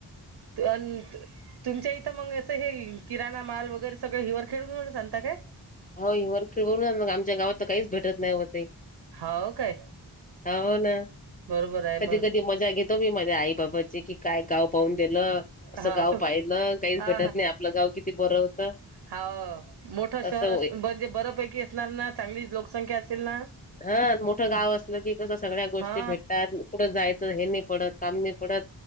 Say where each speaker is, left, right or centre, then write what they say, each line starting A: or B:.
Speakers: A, on the right; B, on the left.
A: त अंत तुमच्या इथं मग असं हे किराणा माल वगैरे सगळे हिवर खेड वरूनच आणता काय
B: हो हि वर खिळ बोलून मग आमच्या गावात तर काहीच भेटत नाही हो ते,
A: हाव काय
B: हो ना
A: बरोबर आहे
B: कधी
A: मग
B: कधी मजा घेत मी मले माझ्या आई बाबाची की काय गाव पाहून दिलं. असं
A: हाव
B: गाव पाहिलं काहीच
A: हा
B: भेटत नाही आपलं गाव किती बरं होतं.
A: हा मोठं
B: असं
A: शहर अस
B: होय
A: म्हणजे बरपैकी असणार ना चांगली लोकसंख्या असेल ना,
B: हा मोठं गाव असलं की कसं सगळ्या गोष्टी
A: हा
B: भेटतात कुठं जायचं हे नाही पडत काम नाही पडत.